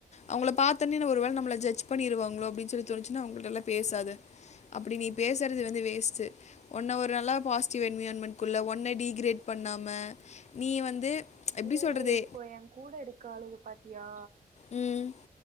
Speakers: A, on the left (about 45°); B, on the right (about 55°).
A: அவங்கள பாத்தோன்னே ஒரு வேல நம்மல ஜட்ஜ் பண்ணிடுவாங்களோ அப்டின் சொல்லி தோணிச்சுனா அவங்கள்ட்டல்லா பேசாத அப்படி நீ
B: ம்
A: பேசுறது வந்து வேஸ்ட் ஒன்ன ஒரு நாளா பாசிட்டிவ் என்விராயின்மென்ட் குள்ள ஒன்ன டீ கிரேட் பண்ணாம நீ வந்து எப்படி
B: ஏ
A: சொல்கிறது
B: இப்போ எ கூட இருக்காலுக பாத்தியா
A: ம்